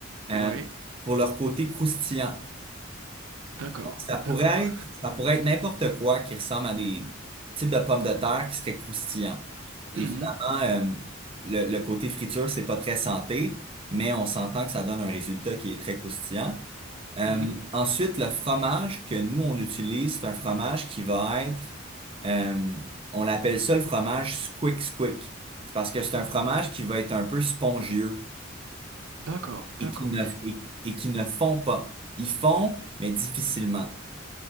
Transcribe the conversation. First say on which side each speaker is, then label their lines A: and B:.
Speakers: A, on the right; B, on the right.
A: euh,
B: oui,
A: pour leur côté croustillant.
B: d'accord,
A: Donc, ça pourrait
B: d'accord.
A: être, ça pourrait être n'importe quoi qui ressemble à des types de pommes de terre qui seraient croustillants. Évidemment,
B: Mhm,
A: euh, le, le côté friture, c'est pas très santé, mais on s'entend que ça donne un résultat qui est très croustillant. Euh,
B: mhm,
A: ensuite, le fromage que nous, on utilise, c'est un fromage qui va être, euh, on l'appelle ça le fromage squick squick. C'est parce que c'est un fromage qui va être un peu spongieux
B: d'accord, d'accord,
A: et qui ne, et, et qui ne fond pas. Ils fond, mais difficilement.